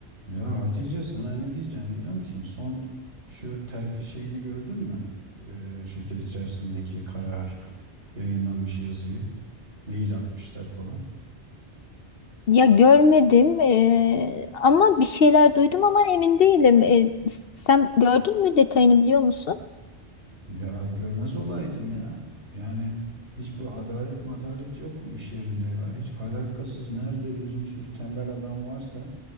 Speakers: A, on the right (about 80°); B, on the left (about 60°).
A: Ya Hatice sana ne diyeceğim biliyor musun? Son şu terfi şeyini gördün mü? Ee, şirket içerisindeki karar yayınlanmış yazıyı. Mail atmışlar falan.
B: Ya görmedim eee, ama bir şeyler duydum ama emin değilim. E, sen gördün mü detayını biliyor musun?
A: Ya görmez olaydım ya. Yani hiçbir adalet madalet yok bu iş yerinde ya. Hiç alakasız nerede lüzumsuz tembel adam varsa